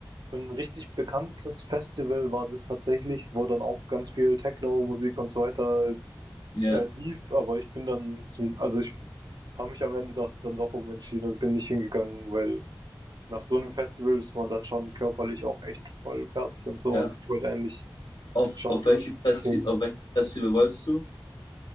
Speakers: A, on the right; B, on the left.
A: Für 'n richtig bekanntes Festival war das tatsächlich, wo dann auch ganz viel Techno-Musik und so weiter,
B: Ja,
A: äh, lief, aber ich bin dann zum also, ich habe mich am Ende doch dann doch umentschieden und bin nicht hingegangen, weil nach so einem Festival ist man dann schon körperlich auch echt voll fertig und so
B: ja.
A: und ich wollte eigentlich
B: Auf,
A: schauen,
B: auf welches
A: dass ich
B: Festi
A: bisschen
B: auf welches Festival wolltest du?